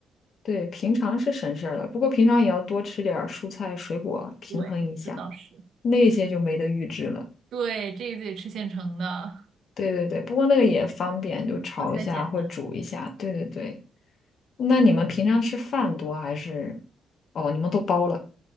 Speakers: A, on the left; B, on the right.
A: 对，平常是省事儿了，不过平常也要多吃点儿蔬菜水果，平衡一下，
B: 对，这倒是。
A: 那些就没得预制了。
B: 对，这个得吃现成的，
A: 对对对，不过那个也方便，就炒一下或者煮一下。
B: 对，做起来简单。
A: 对对对，那你们平常吃饭多还是？哦，你们都包了，